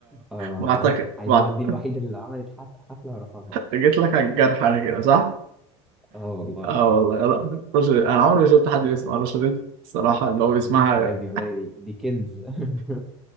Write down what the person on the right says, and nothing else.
بعتقد
بعتقد
جيت لك على الجرح انا كده صح؟
اه والله لا رشا رزق. انا عمري ما شفت حد بيسمع رشا رزق الصراحة اللي هو بيسمعها